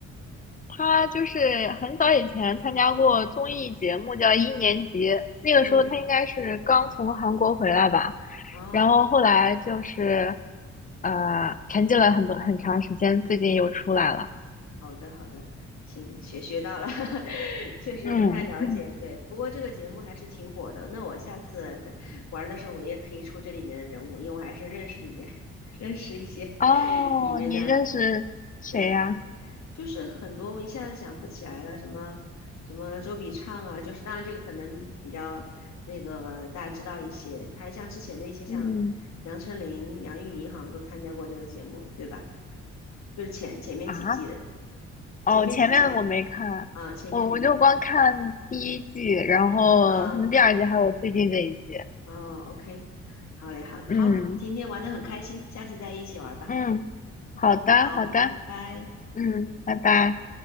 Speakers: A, on the left; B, on the left.
A: 他就是很早以前参加过综艺节目，叫《一年级》，那个时候他应该是刚从韩国回来吧，
B: 嗯，哦。
A: 然后后来就是呃沉寂了很多很长时间，最近又出来了。
B: 好的，好的，行，学学到了，<laughs> 确实不太了解，
A: 嗯，嗯
B: 对。不过这个节目还是挺火的，那我下次跟玩的时候，我也可以出这里面的人物，因为我还是认识里面 <laughs> 认识一些
A: 哦，
B: <laughs> 里面的，
A: 你认识谁呀？
B: 对。就是很多我一下子想不起来了，什么什么周笔畅啊，就是当然这个可能比较那个大家知道一些，还像之前的一些像杨丞琳、
A: 嗯
B: 杨钰莹好像都参加过这个节目，对吧？就是前前面几季的，
A: 啊，哦，
B: 前面几季的
A: 前面我没看，
B: 啊，前面的你没看，
A: 我我就光看第一季，然后可能第二季还有最近这一季。
B: 嗯、哦，OK，好嘞，好了，
A: 嗯
B: 好，今天玩的很开心，下次再一起玩吧
A: 嗯，
B: ，OK，
A: 好的好的，
B: 好，拜拜。
A: 嗯，拜拜。